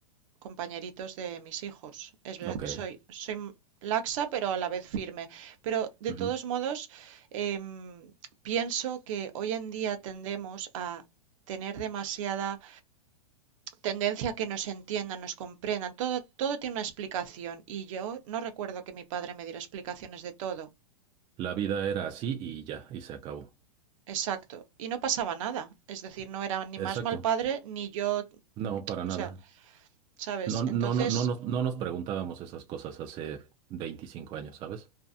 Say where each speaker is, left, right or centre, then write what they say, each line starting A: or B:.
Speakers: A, on the right (about 55°); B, on the right (about 25°).
A: compañeritos de mis hijos. Es verdad,
B: Ok.
A: soy, soy m- laxa, pero a la vez firme. Pero de
B: ujú.
A: todos modos, em, pienso que hoy en día tendemos a tener demasiada tendencia a que nos entiendan, nos comprendan. Todo, todo tiene una explicación y yo no recuerdo que mi padre me diera explicaciones de todo.
B: La vida era así y ya, y se acabó.
A: Exacto. Y no pasaba nada. Es decir, no era ni
B: Exacto.
A: más mal padre, ni yo,
B: No, para nada.
A: o sea, ¿sabes?
B: No, no,
A: Entonces,
B: no, no nos, no nos preguntábamos esas cosas hace 25 años, ¿sabes?